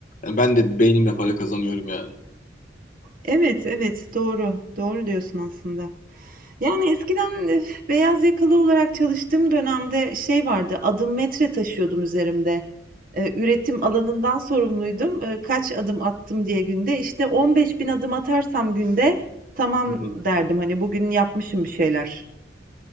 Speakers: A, on the left; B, on the right.
A: Yani ben de beynimle para kazanıyorum yani.
B: evet evet doğru doğru diyorsun aslında. Yani eskiden e, beyaz yakalı olarak çalıştığım dönemde şey vardı, adım metre taşıyordum üzerimde. E, üretim alanından sorumluydum. E, kaç adım attım diye günde. İşte 15 bin adım atarsam günde tamam
A: Hı hı.
B: derdim hani bugün yapmışım bir şeyler.